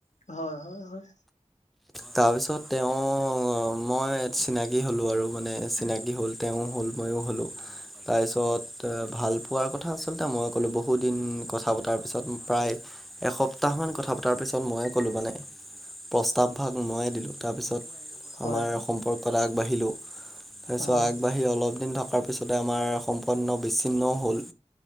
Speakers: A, on the left; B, in the centre.
A: হয় হয়- হয়।
B: তাৰপিছত তেওঁ মই চিনাকী হ'লোঁ আৰু মানে, চিনাকী হ'ল। তেওঁ হ'ল ময়ো হ'লোঁ। তাৰপিছত ভাল পোৱাৰ কথা আচলতে মই ক'লোঁ, বহুদিন কথা পতাৰ পিছত প্ৰায় এসপ্তাহ মান কথা পতাৰ পিছত মইয়ে ক'লো মানে, প্ৰস্তাৱ ভাগ ময়ে দিলোঁ, তাৰপিছত
A: হয়,
B: আমাৰ সম্পৰ্ক এটা আগবাঢ়িলোঁ, তাৰপিছত
A: হয়,
B: আগ বাহি অলপ দিন থকাৰ পিছতে আমাৰ সম্পন্ন বিচ্ছিন্নও হ'ল।